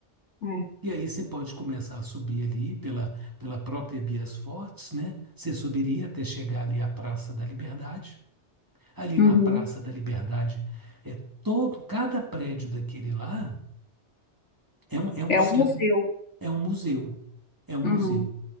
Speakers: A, on the left (about 85°); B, on the right (about 15°).
A: É,
B: E aí você pode começar a subir ali pela, pela própria Bias Fortes, né? Você subiria até chegar ali à Praça da Liberdade. Ali
A: uhum.
B: na Praça da Liberdade, é todo, cada prédio daquele lá é um, é um
A: É
B: centro,
A: um museu.
B: é um museu, é um museu,
A: Uhum.